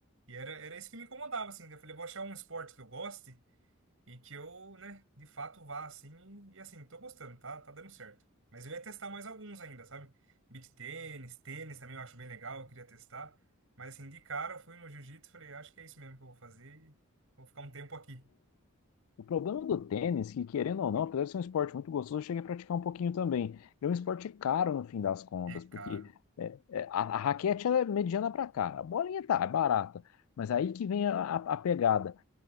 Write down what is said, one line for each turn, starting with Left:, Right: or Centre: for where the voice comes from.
Right: E era, era isso que me incomodava, assim. né? Eu falei, vou achar um esporte que eu goste. E que eu, né, de fato vá assim. E assim, tô gostando, tá, tá dando certo. Mas eu ia testar mais alguns ainda, sabe? Beach tênis, tênis também eu acho bem legal, eu queria testar. Mas assim, de cara eu fui no jiu-jitsu e falei, acho que é isso mesmo que eu vou fazer e vou ficar um tempo aqui.
Left: O problema do tênis, que querendo ou não, apesar de ser um esporte muito gostoso, eu cheguei a praticar um pouquinho também. É um esporte caro no fim das contas,
Right: É
Left: porque
Right: caro.
Left: é, é, a, a raquete ela é mediana para cá, a bolinha tá, é barata. Mas aí que vem a, a- a pegada.